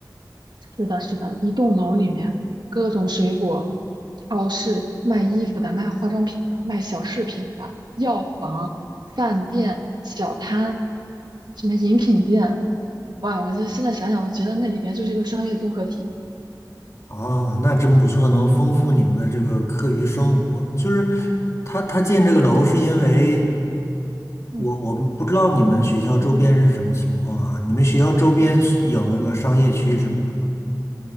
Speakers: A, on the right (about 70°); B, on the left (about 40°).
A: 是的，是的，一栋楼里面各种水果，超市卖衣服的、卖化妆品的、卖小饰品的、药房、饭店、小摊，什么饮品店，哇，我就现在想想，我觉得那里边就是一个商业综合体。
B: 哦，那真不错，能丰富你们的这个课余生活。就是他他建这个楼是因为
A: 嗯
B: 我我们不知道你们学校周边是什么情况啊？你们学校周边是有那个商业区什么的吗？